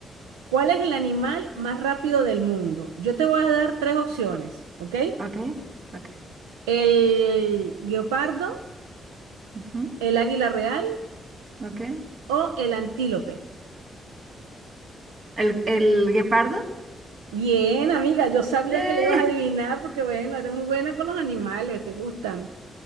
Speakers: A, on the right (about 85°); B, on the right (about 60°).
A: ¿cuál es el animal más rápido del mundo? Yo te voy a dar tres opciones, ¿ok?
B: Ok, ok.
A: El guepardo,
B: ujú,
A: el águila real
B: Ok.
A: o el antílope.
B: ¿El, el guepardo?
A: Bien, amiga, yo sabía
B: Eh,
A: que le ibas a adivinar porque, bueno, eres muy buena con los animales, te gustan.